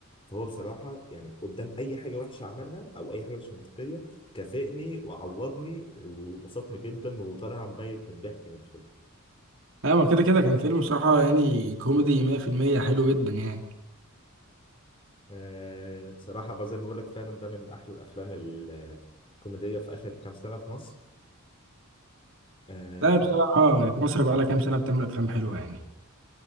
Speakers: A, on the left; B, on the right.
A: فهو بصراحه يعني قدام اي حاجه وحشه عملها او اي حاجه مش منطقيه كافئني وعوضني وبسطني جدا وطالع مبيت من الضحك من الفيلم
B: ايوه ما كده كده كان فيلم بصراحه يعني كوميدي 100% حلو جدا يعني
A: آه، صراحة بقى زي ما بقول لك فعلا ده من أحلى الأفلام ال- الكوميدية في آخر كام سنة في مصر آه،
B: لا بصراحه مصر بقى لها كام سنه بتعمل افلام حلوه يعني